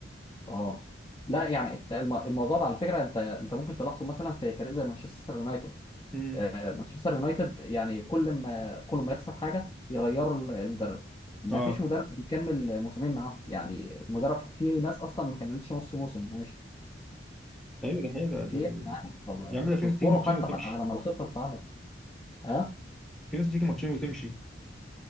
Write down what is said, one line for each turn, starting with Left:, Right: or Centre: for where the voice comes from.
Left: اه لا يعني الم- الموضوع ده على فكره انت انت ممكن تلاحظه مثلا في فريق زي مانشستر يونايتد
Centre: امم
Left: آه، مانشستر يونايتد يعني كل ما كل ما يخسر حاجه يغيروا ال- المدرب ما
Centre: اه
Left: فيش مدرب بيكمل موسمين معاهم يعني مدرب في ناس اصلا ما كملتش نص موسم ومشي
Centre: ايوه ده حقيقة ده-
Left: في إيه يعني طب آه،
Centre: يا عم ده في
Left: تصبروا
Centre: ناس بتيجي ماتشين
Left: حتى
Centre: وتمشي
Left: على على ما الخطه تتعمل ها
Centre: في ناس بتيجي ماتشين وتمشي